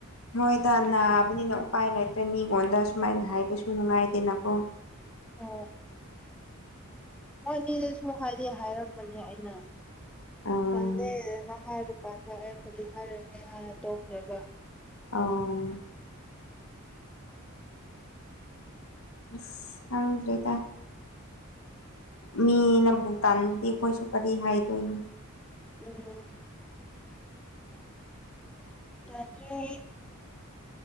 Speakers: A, on the left; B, in the centre.
A: ꯍꯣꯏꯗ ꯅꯥꯕꯅꯤꯅ ꯎꯄꯥꯏ ꯂꯩꯇ꯭ꯔꯦ ꯃꯤꯉꯣꯟꯗ ꯁꯨꯃꯥꯏꯅ ꯍꯥꯏꯕꯁꯨ ꯅꯨꯡꯉꯥꯏꯇꯦꯅꯀꯣ
B: ꯑꯣ ꯃꯣꯏꯅꯤꯗꯁꯨ ꯍꯥꯏꯗꯤ ꯍꯥꯏꯔꯝꯕꯅꯦ ꯑꯩꯅ
A: ꯎꯝ
B: ꯇꯜꯂꯦꯅ ꯍꯥꯏꯕ <unintelligible> ꯑꯩ ꯀꯔꯤ ꯍꯥꯏꯔꯅꯤ ꯍꯥꯏꯔ ꯇꯣꯛꯈꯔꯦꯒ
A: ꯑꯧ ꯏꯁ ꯈꯪꯗ꯭ꯔꯦꯗ ꯃꯤꯅ ꯕꯨ ꯇꯟꯗꯤ ꯑꯈꯣꯏꯁꯨ ꯀꯔꯤ ꯍꯥꯏꯗꯣꯏꯅꯣ
B: ꯎꯝ ꯂꯥꯛꯇ꯭ꯔꯤ